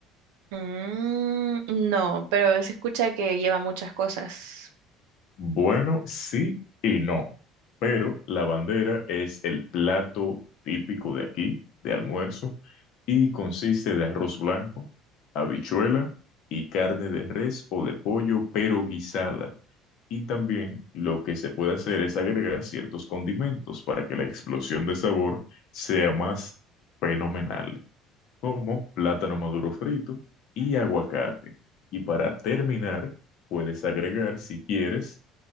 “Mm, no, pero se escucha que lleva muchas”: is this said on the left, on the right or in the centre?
Right